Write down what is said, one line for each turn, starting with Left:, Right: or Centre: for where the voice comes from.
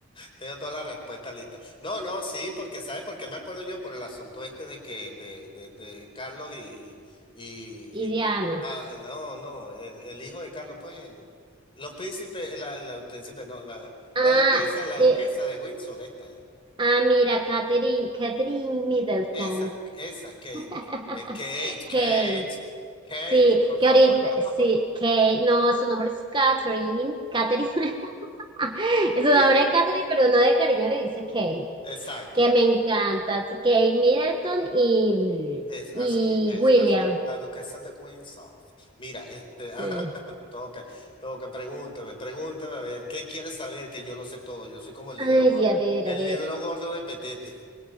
Left: Tengo toda la respuesta lista. No, no, sí, porque ¿sabes por qué me acuerdo yo? Por el asunto este de que, de, de, de Carlos y, y,
Right: Y
Left: y la,
Right: Diana.
Left: ah, no, no, el, el hijo de Carlos, pues, en- los príncipes, eh, la, la príncipe, no, la,
Right: Ah,
Left: la duquesa, la
Right: eh,
Left: duquesa de Windsor, esta,
Right: ah, mira, Catherine, Catherine Middleton.
Left: esa, esa, Kate,
Right: <laughs>
Left: eh, Kate, Kate,
Right: Kate,
Left: Kate,
Right: sí,
Left: por favor.
Right: que ahorita,
Left: <laughs>
Right: sí, que no, su nombre es Catherine, Catherine, <laughs> es un
Left: Sí,
Right: nombre de Catherine, pero no de cariño le dice Kate,
Left: exacto.
Right: que me encanta, Kate Middleton y,
Left: Es así,
Right: y
Left: es
Right: William,
Left: así. La duquesa de Windsor. Mira, este,
Right: sí.
Left: <laughs> ajá, toca, toca, pregúntame, pregúntame, a ver, ¿qué quieres saber? Que yo lo sé todo. Yo soy como el libro,
Right: Ay,
Left: go-
Right: a ver,
Left: el
Right: a ver.
Left: libro gordo de Petete,